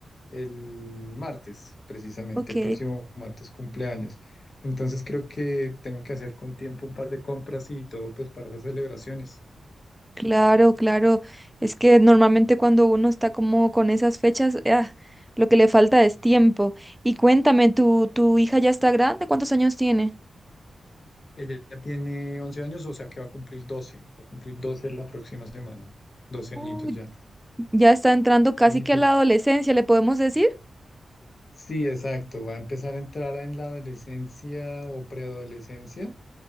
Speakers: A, on the left (about 50°); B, in the centre.
A: el martes, precisamente,
B: Ok,
A: el próximo martes cumpleaños. Entonces creo que tengo que hacer con tiempo un par de compras y todo pues para esas celebraciones.
B: claro, claro. Es que normalmente cuando uno está como con esas fechas, ah, lo que le falta es tiempo. Y cuéntame, ¿tu, tu hija ya está grande? ¿Cuántos años tiene?
A: Ella ya tiene 11 años, o sea que va a cumplir doce. va a cumplir 12 la próxima semana, Doce
B: Uy,
A: añitos ya.
B: ya está entrando
A: Sí,
B: casi que
A: tú-
B: a la adolescencia, ¿le podemos decir?
A: Sí, exacto, va a empezar a entrar en la adolescencia o preadolescencia